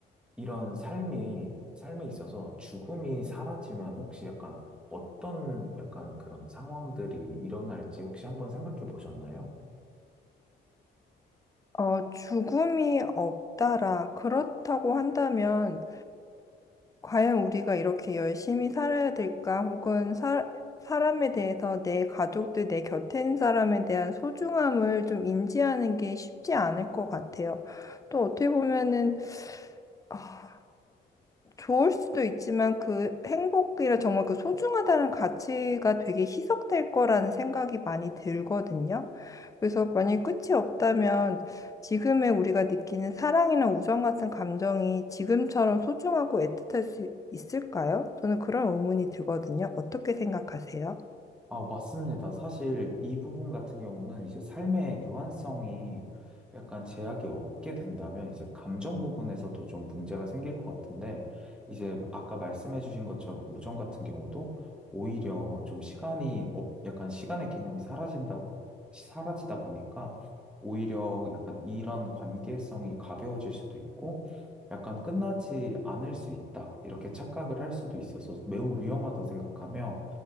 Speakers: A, in the centre; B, on the left.
A: 이런 삶이, 삶에 있어서 죽음이 사라지면 혹시 약간 어떤 약간 그런 상황들이 일어날지 혹시 한번 생각해 보셨나요?
B: 어, 죽음이 없다라 그렇다고 한다면 과연 우리가 이렇게 열심히 살아야 될까? 혹은 사, 사람에 대해서 내 가족들, 내 곁에 있는 사람에 대한 소중함을 좀 인지하는 게 쉽지 않을 것 같아요. 또 어떻게 보면은 아, 좋을 수도 있지만 그 행복이라 정말 그 소중하다는 가치가 되게 희석될 거라는 생각이 많이 들거든요. 그래서 만약에 끝이 없다면 지금의 우리가 느끼는 사랑이나 우정 같은 감정이 지금처럼 소중하고 애틋할 수 있을까요? 저는 그런 의문이 들거든요. 어떻게 생각하세요?
A: 아, 맞습니다. 사실 이 부분 같은 경우는 이제 삶의 유한성이 약간 제약이 없게 된다면 이제 감정 부분에서도 좀 문제가 생길 것 같은데 이제 아까 말씀해 주신 것처럼 우정 같은 경우도 오히려 좀 시간이 없, 약간 시간의 개념이 사라진다, 보- 사라지다 보니까 오히려 약간 이런 관계성이 가벼워질 수도 있고 약간 끝나지 않을 수 있다. 이렇게 착각을 할 수도 있어서 매우 위험하다 생각하며